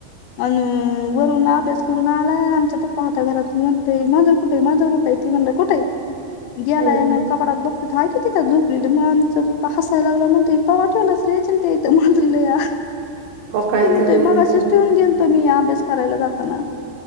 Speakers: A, on the left (about 85°); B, on the right (about 75°).
A: अन् वरून अभ्यास करून आलाय अन् आमचा पप्पा होता घरात, म्हणतोय मांजर कुठेय मांजर कुठंय? इथे म्हणलं कुठही ग्याला
B: हम्म
A: यांना कपडात बघते हाय की तिथ झुपलेल मण आमचं पप्पा हसाय लागलंव म्हणतूय कवा ठेवलंस. - <unintelligible> -मांजरीला या
B: मोकळा
A: ते म्हणतोय
B: तर नाही
A: मगाशीच
B: तिथं
A: ठेवून घेलतो. तुम्ही अभ्यास करायला जाताना.